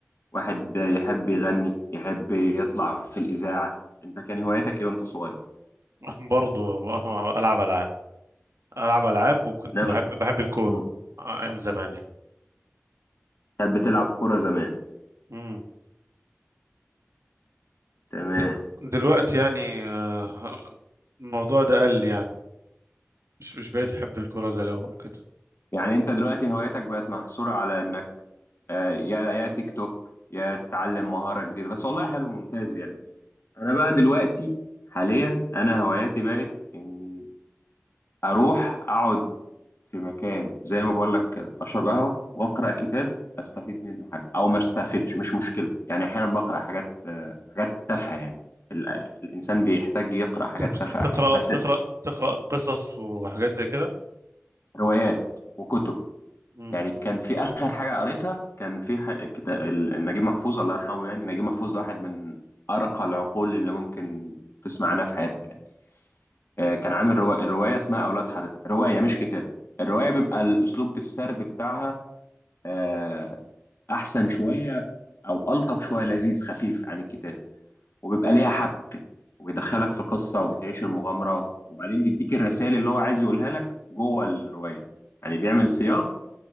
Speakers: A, on the left; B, on the right.
A: واحد يحب يغني يحب يطلع في الاذاعه انت كان هواياتك ايه وانت صغير
B: <laughs> برضه بقى- العب العاب العب العاب وكنت
A: نفس
B: بحب بحب الكوره
A: مم.
B: ايام زمان يعني
A: كانت بتلعب كرة زمان
B: امم
A: تمام
B: د- دلوقتي يعني آه، الموضوع ده قل يعني مش مش بقيت احب الكوره زي الاول كده
A: يعني انت دلوقتي هوايتك بقت محصورة على انك آه، يا يا تيك توك يا تتعلم مهارة جديدة بس والله حلو ممتاز يعني انا بقى دلوقتي حاليا انا هواياتي بقت اني اروح اقعد في مكان زي ما بقول لك كده اشرب قهوة واقرا كتاب استفيد منه حاجة او ما استفدش مش مشكلة يعني احيانا بقرا حاجات آه، حاجات تافهة يعني ال- الانسان بيحتاج يقرا حاجات
B: بت-
A: تافهة
B: بتقرا
A: احيانا بس
B: بتقرا بتقرا قصص وحاجات زي كده
A: روايات وكتب
B: امم
A: يعني كان في اخر حاجه قريتها كان في ح- كتاب ال- نجيب محفوظ الله يرحمه يعني نجيب محفوظ ده واحد من ارقى العقول اللي ممكن تسمع عنها في حياتك يعني آه، كان عامل روا- روايه اسمها اولاد حارتنا روايه مش كتاب الروايه بيبقى الاسلوب السرد بتاعها آه، احسن شويه او الطف شويه لذيذ خفيف عن الكتاب وبيبقى ليها حبكه وبيدخلك في قصه وبتعيش المغامره وبعدين يديك الرسائل اللي هو عايز يقولها لك جوه الروايه يعني بيعمل سياق